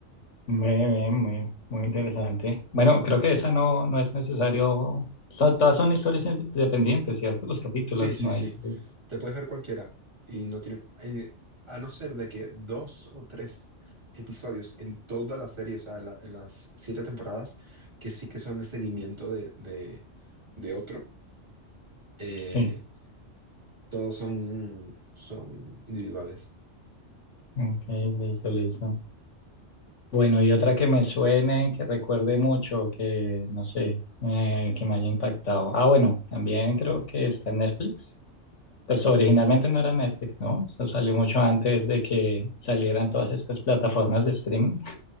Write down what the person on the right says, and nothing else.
Sí, sí,
sí.
Te puedes ver cualquiera y no tiene, eh, a no ser de que dos o tres episodios en toda la serie, o sea, en, la- en las siete temporadas, que sí que son el seguimiento de, de, de otro, eh,
todos son, son individuales.
Ujú,